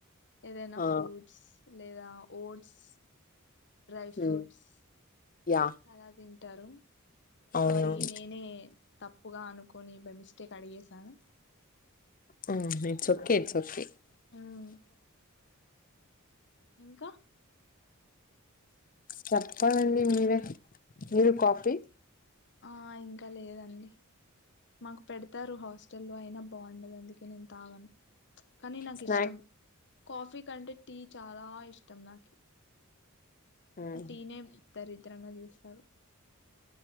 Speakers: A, on the left; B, on the left.
A: ఏదైనా
B: ఆ
A: ఫ్రూట్స్. లేదా oats. Dry fruits.
B: um, Yeah
A: అ అదేం ఉంటారు సారీ
B: అవునవును
A: నేనే తప్పుగా అనుకొని బై మిస్టేక్ అడిగేసాను
B: హు it's okay it's okay
A: um, ఇంకా
B: చెప్పాలండి మీరే మీరు కాఫీ
A: ఆ ఇంకా లేదండి మాకు పెడతారు హాస్టల్లో అయినా బాగుండదు అందుకే నేను తాగాను కానీ నాకు
B: స్నాక్
A: ఇష్టం కాఫీ కంటే టీ చాలా ఇష్టం నాకు
B: ఉమ్,
A: అ టీ నే దరిద్రంగా చేస్తారు